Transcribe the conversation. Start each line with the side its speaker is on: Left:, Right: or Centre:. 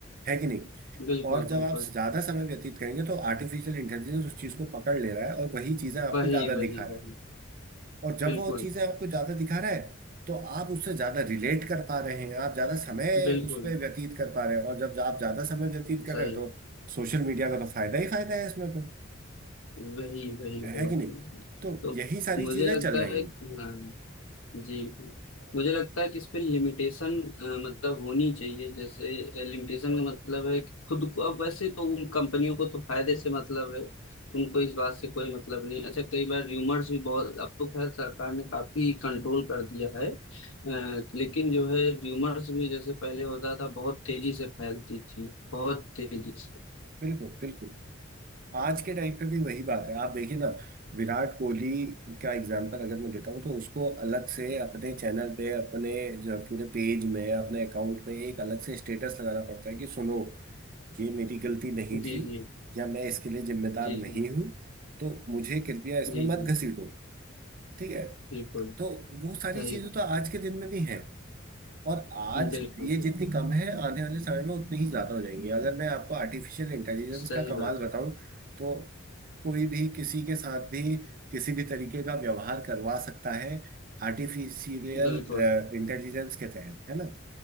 Right: है कि नहीं
Left: बिल्कुल
Right: और जब
Left: बिल्कुल
Right: आप ज्यादा समय व्यतीत करेंगे तो आर्टिफिशियल इंटेलिजेंस उस चीज को पकड़ ले रहा है और वही चीजें आपको
Left: वही
Right: ज्यादा
Left: वही
Right: दिखा रहा
Left: वही
Right: है और जब
Left: बिल्कुल
Right: वो चीजें आपको ज्यादा दिखा रहा है तो आप उससे ज्यादा रिलेट कर पा रहे हैं आप ज्यादा समय
Left: बिल्कुल
Right: उस पर व्यतीत कर पा रहे हैं और जब आप ज्यादा समय व्यतीत कर
Left: सही
Right: रहे हैं तो सोशल मीडिया का तो फायदा ही फायदा है इसमें तो
Left: वही वही वही
Right: है कि नहीं तो
Left: तो
Right: यही सारी
Left: मुझे
Right: चीजें
Left: लगता
Right: चल रही
Left: है
Right: हैं
Left: हाँ जी मुझे लगता है कि इस पे लिमिटेशन मतलब होनी चाहिए जैसे लिमिटेशन का मतलब है कि खुद को अब वैसे तो उन कंपनियों को तो फायदे से मतलब है उनको इस बात से कोई मतलब नहीं अच्छा कई बार र्यूमर्स भी बहुत अब तो खैर सरकार ने काफी कंट्रोल कर दिया है अ, लेकिन जो है र्यूमर्स भी जैसे पहले होता था बहुत तेजी से फैलती थी बहुत तेजी से
Right: बिल्कुल बिल्कुल आज के टाइम पे भी वही बात है आप देखिए ना विराट कोहली का एग्जांपल अगर मैं देता हूँ तो उसको अलग से अपने चैनल पे अपने जो पूरे पेज में अपने अकाउंट पे एक अलग से स्टेटस लगाना पड़ता है कि सुनो ये मेरी गलती नहीं
Left: जी
Right: थी
Left: जी
Right: या मैं इसके लिए जिम्मेदार
Left: जी
Right: नहीं
Left: जी
Right: हूँ तो मुझे कृपया इसमें
Left: जी
Right: मत
Left: जी
Right: घसीटो ठीक है
Left: बिल्कुल
Right: तो वो सारी
Left: सही
Right: चीजें तो आज के दिन में भी हैं और आज
Left: बिल्कुल
Right: ये
Left: बिल्कुल
Right: जितनी कम है आने वाले समय में उतनी ही ज्यादा हो जाएंगी अगर मैं आपको आर्टिफिशियल इंटेलिजेंस
Left: सही
Right: का कमाल
Left: बात है
Right: बताऊं तो कोई भी किसी के साथ भी किसी भी तरीके का व्यवहार करवा सकता है आर्टिफिशियल
Left: बिल्कुल
Right: इंटेलिजेंस के तहत है ना